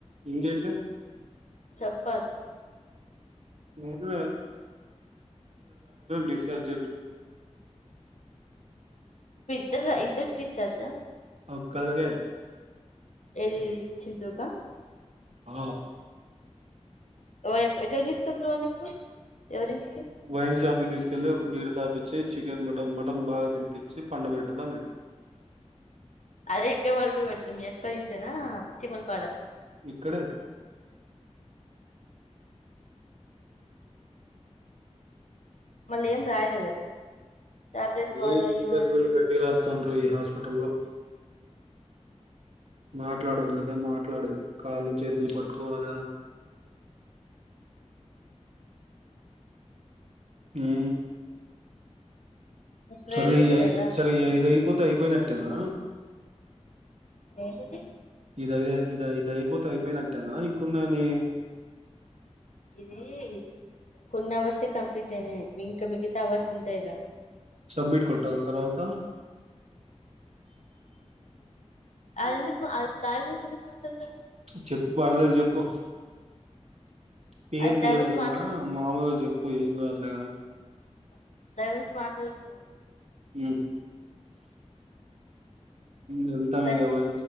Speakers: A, on the right; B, on the left.
A: ఇకేే
B: చపాతి
A: అద డిశ్చార్జ్
B: ఇ ఇద్దర డిశ్చార్జ్
A: ఒకరిలోనే
B: ఏది చింత <inaudible>
A: ఆ
B: ఎక్కడికి తీసుకెళ్తునావు వాడిని ఇప్పుడు ఎవరింటి
A: వైన్షాప్ తీసుకెళ్లి ఒక బీరు తాపచ్చి చికెన్ మటన్ మటన్ బాగా తినిపించి పండ పెట్టడమే
B: అదే ఎక్క వరక పడతు మీ ఎక్క తంతేనా చిమల్పాడ <inaudible>
A: ఇక్కడే
B: మళ్ళీ ఏం రాయలేదా టాబ్లెట్స్ వాడు
A: ఈ
B: అయి
A: బిజ్
B: వాడు
A: బిల్ కట్టిగా రాస్తాడు ఈ హాస్పిటల్ లో మాట్లాడాలి అదే మాట్లాడలే కాళ్ళు చేతులు పట్టుకోవాలి హ
B: ప్రైవేట్
A: సరేలే ఈ అఐ
B: కదా
A: సరే ఈ ఐద అయిపోతే అయిపోయినట్టేనా
B: ఏంటిది
A: ఇది ఇది ఇది అయిపోతే అయిపోయినట్టేనా ఇంకున్నాయని
B: ఇది కొన్ని అవర్స్ కంప్లీట్ అయివి ఇంకా మిగతావి వస్తుంటాయి గా
A: సబ్మిట్ కొట్టాల తర్వాత
B: అది ఎందుకు అ దాయ గురించి ఎందుకు మాట్లాడుతున్నారు
A: చెప్పు పర్లేదు చెప్పు పేరు
B: అది దాని
A: తీయకుండా
B: గురించి మాట్లా
A: మామూలుగా చెప్పు ఏం కాదులే కానీ
B: దాని గురించి మాట్లాడకు
A: హ వెళ్తావ
B: థట్
A: ఇ వ